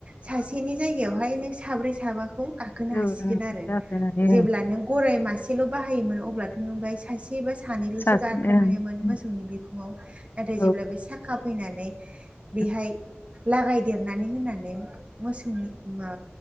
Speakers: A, on the right; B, on the left.
A: सासेनि जायगायावहाय नों साब्रै साबा गाखोनो
B: औ
A: हासिगोन
B: ओं
A: आरो
B: जाफैनानै
A: जेब्ला
B: ओं
A: नों गराय मासेल' बाहायोमोन अब्ला बाय सासे बा सानैल'सो
B: सासे
A: गाखोनो
B: ओं
A: हायोमोन मोसौनि
B: ओं
A: बिखुंआव नाथाय
B: औ
A: जेब्ला बे साख खाफैनानै बेहाय
B: ओं
A: लागायदेरनानै होनानै मोसौनि माबा